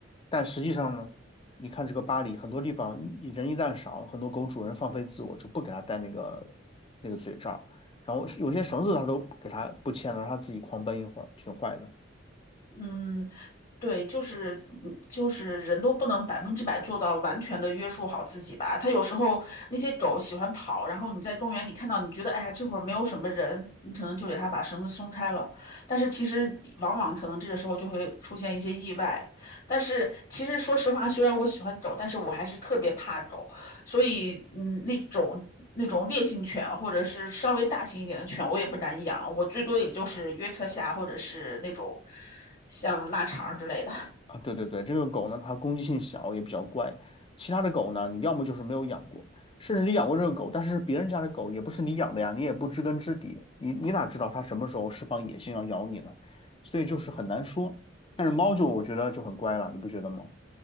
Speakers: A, on the left (about 30°); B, on the left (about 45°).
A: 但实际上呢，你看这个巴黎很多地方一人一旦少，很多狗主人放飞自我，就不给它戴那个那个嘴罩然后有些绳子它都给它不牵了，让它自己狂奔一会儿，挺坏的
B: 嗯，对，就是嗯就是人都不能百分之百做到完全的约束好自己吧。它有时候那些狗喜欢跑，然后你在公园里看到，你觉得哎呀这会儿没有什么人，你可能就给它把绳子松开了。但是其实往往可能这个时候就会出现一些意外。但是其实说实话，虽然我喜欢狗，但是我还是特别怕狗。所以嗯，那种那种烈性犬或者是稍微大型一点的犬，我也不敢养，我最多也就是约克夏或者是那种像腊肠之类的。
A: 啊。对对对，这个狗呢，它攻击性小，也比较乖。其他的狗呢，你要么就是没有养过，甚至你养过这个狗，但是别人家的狗也不是你养的呀，你也不知根知底，你你哪知道它什么时候释放野性要咬你呢？所以就是很难说。但是猫就我觉得就很乖了，你不觉得吗？